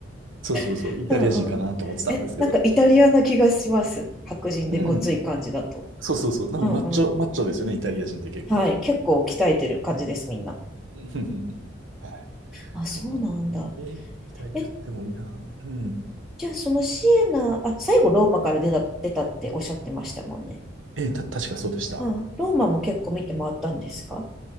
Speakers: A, on the right; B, in the centre.
A: そうそうそう、
B: <laughs>
A: イタリア人かなと思ってたんですけど。
B: うんうん。え、なんかイタリアな気がします。白人でごつい感じだと。
A: うんそうそうそう、なんかマッチョ、
B: うんうん。
A: マッチョですよね、イタリア人って結構。
B: はい。結構鍛えてる感じです、みんな。
A: <laughs> うんうんうんはい。
B: あ、
A: そうなんだね。
B: そうなんだ。
A: えーイタリアでもいいな。
B: え、
A: うん。
B: じゃあ、そのシエナ、あ、最後ローマから出た、出たっておっしゃってましたもんね。
A: えーた、確かそうでした。
B: うん。ローマも結構見て回ったんですか